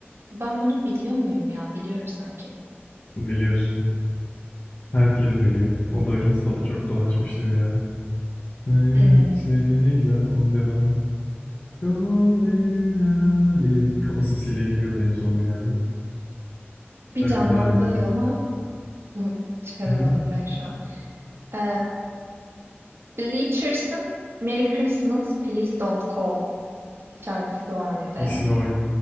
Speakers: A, on the right (about 65°); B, on the left (about 50°).
A: Ben bunu biliyor muyum ya? Biliyorum sanki.
B: Biliyorsun. Herkes biliyor. O da Insta'da çok dolaşmıştı bir ara. Ne,
A: Hmm,
B: işte ne, neydi la onun devamı? Golden Hour diye bir kafa sesiyle giriyordu en son bir yerde.
A: bir
B: Şarkıyı
A: canlandı
B: devam ettirip.
A: ama hı, çıkaramadım
B: <laughs> Hı hı.
A: ben şu an. E, Bleachers'ın Merry Christmas, Please Don't Call şarkısı var bir de.
B: İsme bak.